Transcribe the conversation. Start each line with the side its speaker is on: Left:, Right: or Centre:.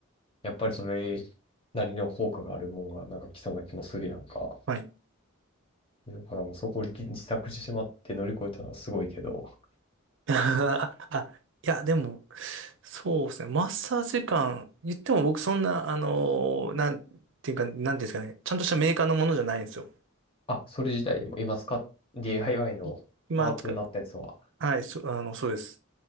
Left: やっぱりそれなりの効果があるもんがなんか来そうな気もするやんか。
Right: はい
Left: だからもうそこを自自作してしまって乗り越えたのはすごいけど、
Right: <laughs> あ、あいや、でも、そうですね。マッサージ感、言っても僕そんな、あのーなんていうか、なんていうんですかね。ちゃんとしたメーカーのものじゃないんですよ。
Left: あ、それ自体も今使っ、DIY のパーツになったやつは、
Right: い今使っ、はい、そ、あの、そうです。